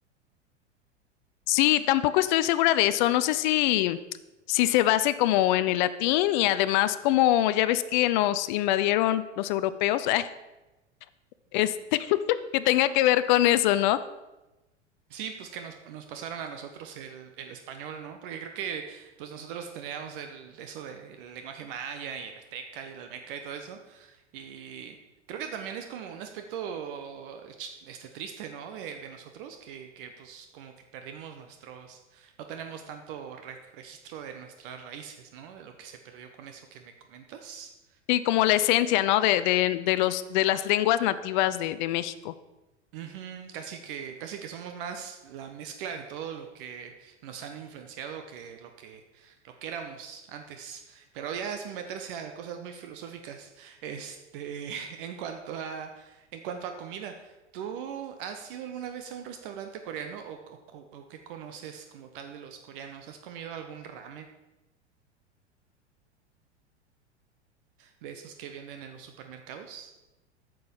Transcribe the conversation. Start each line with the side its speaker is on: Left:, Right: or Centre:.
Left: Sí, tampoco estoy segura de eso. No sé si, si se base como en el latín y además como ya ves que nos invadieron los europeos. <laughs> este, <laughs> que tenga que ver con eso, ¿no?
Right: Sí, pues que nos, nos pasaron a nosotros el, el español, ¿no? Porque creo que pues nosotros teníamos el, eso del lenguaje maya y el azteca y el almeca y todo eso. Y creo que también es como un aspecto ch- este triste, ¿no? De, de nosotros, que, que pues como que perdimos nuestros, no tenemos tanto re- registro de nuestras raíces, ¿no? De lo que se perdió con eso que me comentas.
Left: Sí, como la esencia, ¿no? De, de, de los, de las lenguas nativas de, de México.
Right: Ujú, casi que, casi que somos más la mezcla de todo lo que nos han influenciado que lo que, lo que éramos antes. Pero ya es meterse a cosas muy filosóficas. Este, <laughs> en cuanto a, en cuanto a comida, ¿tú has ido alguna vez a un restaurante coreano o, o, co- o qué conoces como tal de los coreanos? ¿Has comido algún ramen de esos que venden en los supermercados?